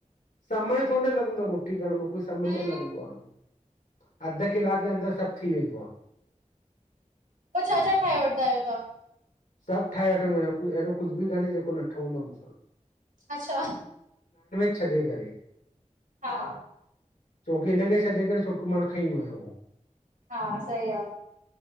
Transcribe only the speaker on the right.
हम्म,
पो छा छा ठाहे वठदा आहियो तहां?
अच्छा
हा
हा सई आ।